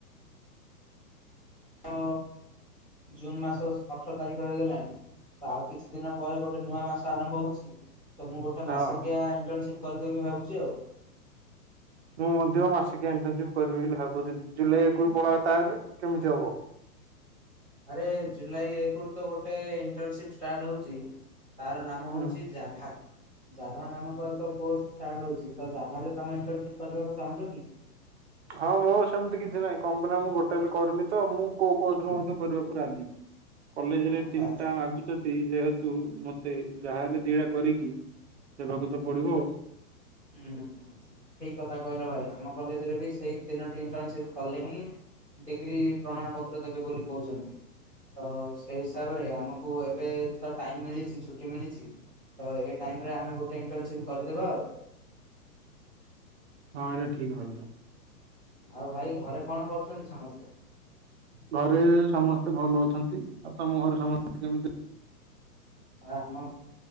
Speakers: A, on the left (about 15°); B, on the right (about 45°).
A: ତ ଜୁନ୍ ମାସ ଅଠର ତାରିଖ ହେଇଗଲାଣି। ତ ଆଉ କିଛି ଦିନ ପରେ ଗୋଟେ ନୂଆ ମାସ ଆରମ୍ଭ ହଉଛି। ତ ମୁଁ ଗୋଟେ
B: ହଁ
A: ମାସିକିଆ ଇଣ୍ଟରନସିପ୍ କରିଦେବି ଭାବୁଛି ଆଉ।
B: ମୁଁ ମଧ୍ୟ ମାସିକଆ ଇଣ୍ଟରନସିପ କରିବି ବୋଲି ଭାବୁଥିଲି ଜୁଲାଇ ଏକରୁ ପଳେଇବା ତାହେଲେ କେମିତି ହବ।
A: ଆରେ ଜୁଲାଇ ଏକ ରୁ ତ ଗୋଟେ ଇଣ୍ଟରନସିପ ଷ୍ଟାର୍ଟ ହଉଛି ତାର ନାମ
B: ହୁଁ
A: ହଉଛି। ଯାଭା। ଜାଭା ନାମକ ଏକ କୋର୍ସ ଷ୍ଟାର୍ଟ ହଉଛି ତ ଜାଭା ରେ ତମେ ଇଣ୍ଟର୍ନସିପ୍ କରିବାକୁ ଚାହୁଁଛ କି।
B: ହଁ ମୋର ସେମିତି କିଛି ନାହିଁ କମ୍ପାନି ଆମ କୁ ଗୋଟେ ହେଲେ କରିଲେତ ତ ମୁଁ କୋଉ କୋଉ କୋଉ ଥିରେ ମଧ୍ୟ କରିବାକୁ ରାଜି। କଲେଜ ରେ
A: ଆଚ୍ଛା
B: ତିନିଟା
A: ଆଚ୍ଛା।
B: ମାଗୁଛନ୍ତି ଯେହେତୁ ମତେ ଯାହା ହେଲେ ଦିଟା କରିକି। ଦେବାକୁ ତ ପଡିବ।
A: ହୁଁ ହୁଁ ହୁଁ ଠିକ କଥା କହିଲ ଭାଇ ଆମ କଲେଜରେ ବି ସେଇ ତିନୋଟି ଇଣ୍ଟରନସିପ କଲେ ହିଁ। ଡିଗ୍ରୀ ପ୍ରମାଣ ପତ୍ର ଦେବେ ବୋଲି କହୁଛନ୍ତି ତ। ସେଇ ହିସାବରେ ଆମକୁ ଏବେ ତ ଟାଇମ ମିଳିଛି ଛୁଟି ମିଳିଛି। ତ ଏଇ ଟାଇମ ରେ ଆମେ ଗୋଟେ ଇଣ୍ଟର୍ନସିପ୍ କରିଦେବା ଆଉ।
B: ହଁ ଏଇଟା ଠିକ୍ ରହିଛି।
A: ଆଉ ଭାଇ ଘରେ କଣ କରୁଛନ୍ତି ସମସ୍ତେ।
B: ଘରେ ସମସ୍ତେ ଭଲ ଅଛନ୍ତି ଆଉ ତମ ଘରେ ସମସ୍ତେ କେମିତି?
A: ଆମ